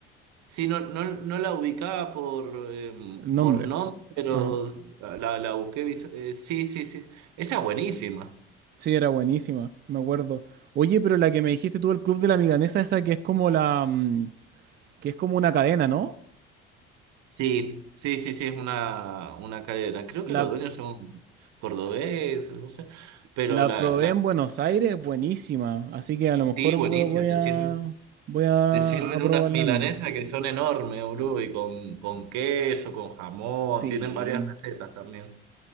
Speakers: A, on the right; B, on the right.
A: Sí, no, no, no la ubicaba por, eh,
B: El nombre.
A: por nombre, pero
B: Ajá.
A: la, la busqué. visu- eh, sí, sí, sí. Esa es buenísima.
B: Sí, era buenísima, me acuerdo. Oye, pero la que me dijiste tú, el Club de la Milanesa, esa que es como la, mm, que es como una cadena, ¿no?
A: Sí, sí, sí, sí, es una, una cadena. Creo
B: La,
A: que los dueños son cordobés, no sé. Pero
B: la
A: la,
B: probé
A: la,
B: en Buenos Aires, buenísima. Así que a lo mejor
A: sí, buenísimo,
B: vo- voy
A: te
B: a,
A: sirven,
B: voy a,
A: te sirven
B: a probarla,
A: unas milanesas
B: ¿no?
A: que son enormes, boludo, y con, con queso, con jamón,
B: Sí,
A: tienen varias recetas también.